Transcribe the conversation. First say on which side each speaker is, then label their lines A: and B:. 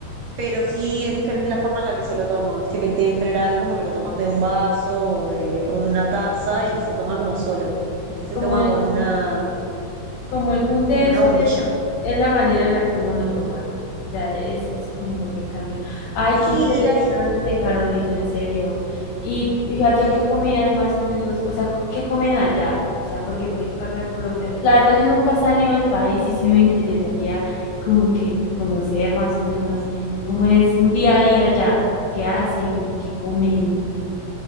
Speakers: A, on the right (about 80°); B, on the left (about 80°).
A: pero sí es diferente la forma en la que se lo toma. Viste que el té en general como que lo tomas de un vaso o de, o de una taza y se toma como solo. Este se
B: Como
A: toma
B: el,
A: con una,
B: como el boom
A: como
B: de
A: con
B: eso
A: una bombilla.
B: es, es la manera en la que uno lo toma, ¿no? O sea, eso es como lo que cambia. Ay,
A: Sí,
B: qué interesante,
A: y la,
B: Carolina, en serio. Y, y allá
A: sí.
B: qué comidas más o menos, o sea, ¿qué comen allá? O sea, porque por ejemplo acá en Colombia, la verdad yo nunca he salido del país y sí me interesaría como que conocer más o menos cómo es un día a día allá, qué hacen, qué comen.